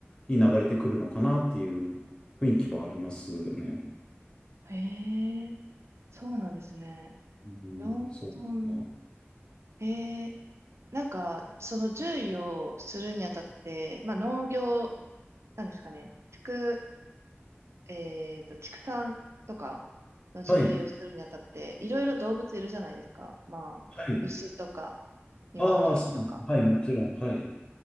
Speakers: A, on the left (about 20°); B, on the right (about 80°).
A: に流れてくるのかなっていう雰囲気はありますよね。
B: へえ、そうなんですね。
A: うん、
B: 養豚。
A: そうだな。
B: えー、なんか、その獣医をするにあたって、まあ、農業、なんですかね、畜、えっと、畜産とかの獣医をするにあたって、
A: はい。
B: いろいろ動物いるじゃないですか。まあ、
A: はい。
B: 牛とか、鶏とか。
A: ああ、そうです。はい、もちろん。はい。